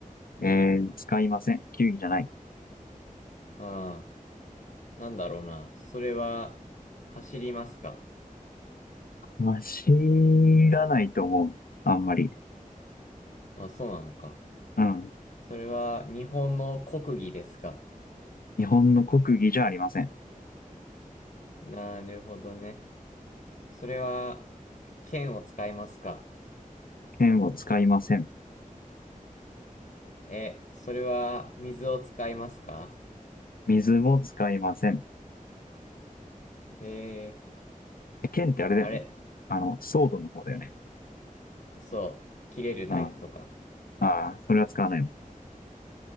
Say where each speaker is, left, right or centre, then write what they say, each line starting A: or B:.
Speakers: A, on the left; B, on the left.
A: えー、使いません。球技じゃない。
B: うん。なんだろうな。それは走りますか
A: 走らないと思う。あんまり。
B: まあ、そうなのか。
A: うん。
B: それは日本の国技ですか
A: 日本の国技じゃありません。
B: なるほどね。それは剣を使いますか
A: 剣を使いません。
B: え、それは水を使いますか
A: 水も使いません。
B: えー、
A: え剣ってあれだよね。
B: あれ、
A: あの、ソードの方だよね。
B: そう。切れるナイフとか。
A: うん。ああ、それは使わないわ。